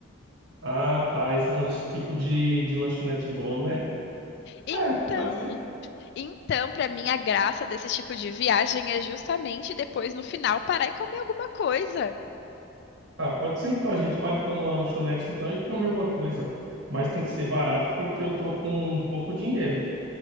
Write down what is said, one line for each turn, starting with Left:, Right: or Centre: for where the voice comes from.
Right: Ah, tá. Esses lanches tipo de, de lanchonete bom, né?
Left: Então,
Right: É, pode ser.
Left: então, pra mim a graça desse tipo de viagem é justamente depois no final parar e comer alguma coisa.
Right: Ah, pode ser então. A gente para então numa lanchonete então e come alguma coisa. Mas tem que ser barato porque eu tô com um pouco dinheiro.